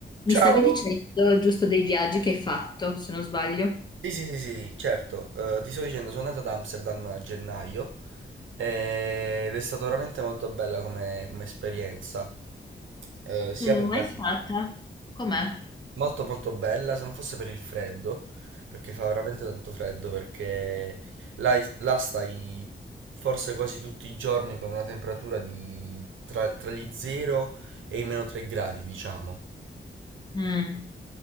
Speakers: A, on the left (about 20°); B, on the right (about 80°).
A: Mi
B: Ciao,
A: stavi dicendo giusto dei viaggi che hai fatto, se non sbaglio.
B: sì, sì, sì, sì, sì, certo, Eh, ti sto dicendo, sono andato ad Amsterdam a gennaio eh, ed è stata veramente molto bella come, come esperienza, eh, sia
A: Mm,
B: per
A: mai
B: la città,
A: stata? Com'è?
B: molto molto bella, se non fosse per il freddo, perché fa veramente tanto freddo, perché là, là stai forse quasi tutti i giorni con una temperatura di tra, tra gli 0 e i meno 3 gradi, diciamo,
A: Mm,